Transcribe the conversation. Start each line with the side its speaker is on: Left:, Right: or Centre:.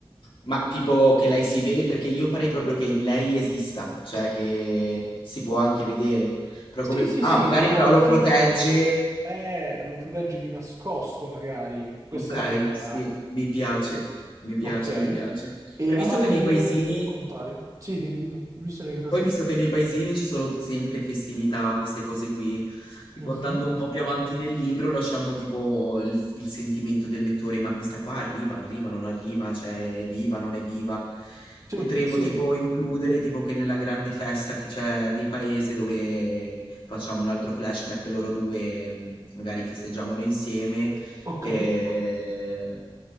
Left: Ma tipo che lei si vede, perché io farei proprio che lei esista, cioè che si può anche vedere. Però
Right: Sì,
Left: come...
Right: sì,
Left: Ah,
Right: sì,
Left: magari
Right: ma
Left: però
Right: alla
Left: lo
Right: fine
Left: protegge.
Right: lo, eh, lo proteggi di nascosto, magari, questa
Left: Ok,
Right: è la mia idea,
Left: sì, mi piace, mi piace,
Right: ok?
Left: mi piace.
Right: E
Left: Hai visto
Right: alla fine
Left: che nei paesini...
Right: compare, sì, dimmi, dimmi, visione dei pasini?
Left: Poi visto che nei paesini ci sono sempre festività, queste cose qui, tipo
Right: Mhm.
Left: andando un po' più avanti nel libro, lasciamo tipo il, il sentimento del lettore, ma questa qua arriva, arriva, non arriva, cioè è viva, non è viva.
Right: Sì,
Left: Potremmo
Right: sì,
Left: tipo includere tipo che nella grande festa che c'è di paese dove facciamo un altro flashback, loro due mm, magari festeggiamolo insieme.
Right: ok.
Left: E